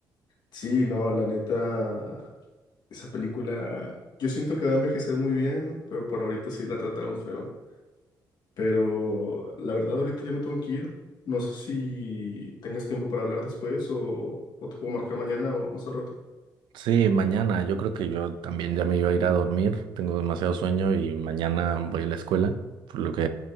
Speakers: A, on the left; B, on the right.
A: Sí, no, la neta, esa película, yo siento que va a envejecer muy bien, ¿no? pero por ahorita sí la trataron feo. Pero la verdad, ahorita ya me tengo que ir. No sé si tengas tiempo para hablar después o, o te puedo marcar mañana o más al rato.
B: Sí, mañana. Yo creo que yo también ya me iba a ir a dormir. Tengo demasiado sueño y mañana voy a la escuela, por lo que